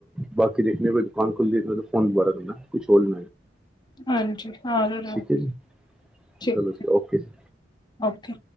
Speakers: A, in the centre; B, on the left.
A: ਬਾਕੀ ਦੇਖਲੋ ਹੋਰ ਵੀ ਸਮਾਨ, ਦੁਕਾਨ ਖੁੱਲਦੀ ਫੋਨ ਦੁਬਾਰਾ ਕਰਨਾ ਕੁਛ ਹੋਰ
B: ਹਾਂਜੀ <unintelligible>
A: ਠੀਕ ਹੈ ਜੀ
B: ਠੀਕ
A: ਚਲੋ ਜੀ
B: ਹੈ
A: ਓਕੇ ਜੀ
B: ਓਕੇ।